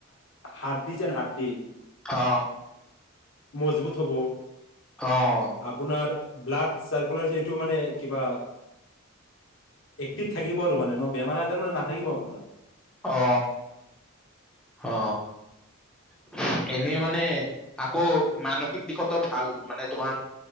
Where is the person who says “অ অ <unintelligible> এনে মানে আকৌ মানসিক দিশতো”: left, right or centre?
Centre